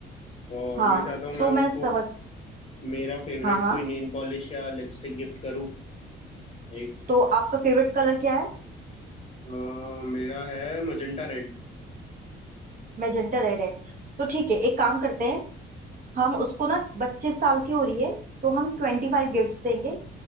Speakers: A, on the left; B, on the right.
A: और
B: हाँ
A: मैं चाहता हूँ मैं
B: तो मैं
A: उसको
B: समझ
A: मेरा फेवरेट
B: हाँ हाँ
A: कोई नेल पॉलिश या लिपस्टिक गिफ्ट करूँ एक
B: तो आपका फेवरेट कलर क्या है
A: अ, मेरा है मजेंटा रेड
B: मैजेंटा रेड है तो ठीक है एक काम करते हैं हम उसको ना बच्चीस साल की हो रही है तो हम ट्वेंटी फाइव गिफ्ट देंगे